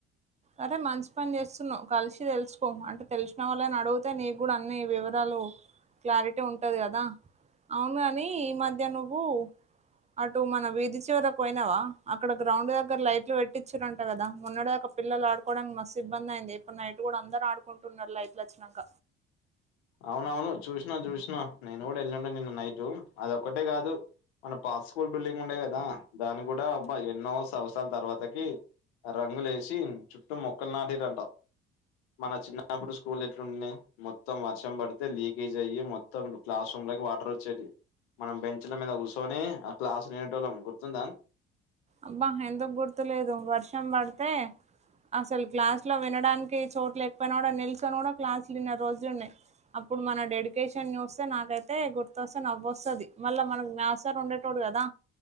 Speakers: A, on the right (about 20°); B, on the left (about 80°).
A: అరే మంచి పని చేస్తున్నావ్ కలిసి తెలుసుకో అంటే తెలిసిన వాళ్ళని అడుగుతే నీకు కూడా అన్ని వివరాలు క్లారిటీ ఉంటది గదా అవును గని ఈ మధ్య నువ్వు అటు మన విధి చివర పోయినవా అక్కడ గ్రౌండ్ దగ్గర లైట్లు పెట్టిచ్చిరంట కదా మొన్నడిదక పిల్లలు ఆడుకోవడానికి మస్తు ఇబ్బంది అయింది ఇప్పుడు నైట్ కూడా అందరాడుకుంటున్నారు లైట్లు వచ్చినంక
B: అవునవును చూసినా జుసినా నేను కూడా వెళ్ళింన నిన్న నైటు అదొక్కటే కాదు మన పాత్స్కూల్ బిల్డింగ్ ఉండేది కదా దాని కూడా అబ్బ ఎన్నో సంవత్సరాల తర్వాతకి రంగులేషి చుట్టూ మొక్కలు నాటిరంట మన చిన్నప్పుడు స్కూల్ ఎట్లుండనె మొత్ త్తం వర్షం పడితే లీకేజ్ అయ్యి మొత్తం క్లాస్ రూమ్లకి వాటర్ వచ్చేటివి మనం బెంచ్ల మీద కూసొని ఆ క్లాస్నినేటోళ్ళం గుర్తుందా
A: అబ్బా ఎందుకు గుర్తులేదు వర్షం బడితే అసలు క్లాస్ లో వినడానికి చోట్ల ఎక్కపోయినా కూడా నిల్చొని కూడా క్లాసులు ఇన్నా రోజులున్నాయ్ అప్పుడు మన డెడికేషన్ చూస్తే నాకైతే గుర్తొస్తే నవ్వోస్తది మళ్ళా మనకి మ్యాసార్ ఉండేటోడు గదా